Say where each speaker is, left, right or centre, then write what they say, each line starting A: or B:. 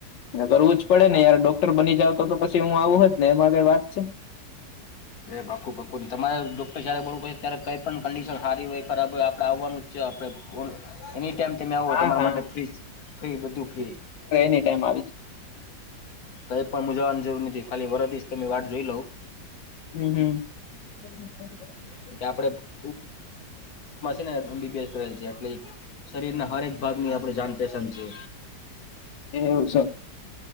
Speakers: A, on the left; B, on the left.
A: કરવું જ પડે ને યાર ડોક્ટર બની જાવ તો પછી હું આવું હો જ ને એમાં વાત છે.
B: પાક્કું પાક્કુ તમારે ડોક્ટર જારે બોલવું પડે ત્યારે કઈ પણ કંડિશન સારી હોય બરાબર આપડે આવવાનું જ છે આપે એની ટાઈમ તમે આવો
A: હા
B: તો તમારા
A: હા
B: માટે ફ્રીજ ફ્રી બધું ફ્રી.
A: તે ટાઈમ આવી
B: કઈ પણ મુજાવાની જરૂર નથી ખાલી વરશ તમે વાત જોઈ લઉ.
A: હમ હમ.
B: કે આપણે છે ને એબ કરેલ છે <unintelligible> એટલે શરીર ના હરેક વિભાગ ની આપે જાણપેહેચણ છે.
A: એવું છે.